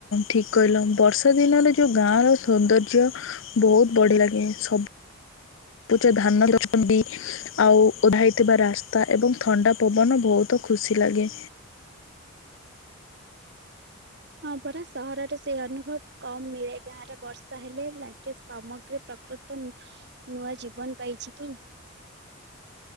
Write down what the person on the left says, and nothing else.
ଠିକ କହିଲ ବର୍ଷା ଦିନରେ ଯୋଉ ଗାଁ ର ସୌନ୍ଦର୍ଯ୍ୟ। ବହୁତ ବଢି ଲାଗେ। ସବୁଜ ଧାନ ଦଉଛନ୍ତି। ଆଉ ଓଦାହେଇଥିବା ରାସ୍ତା ଏବଂ ଥଣ୍ଡା ପବନ ବହୁତ ଖୁସି ଲାଗେ।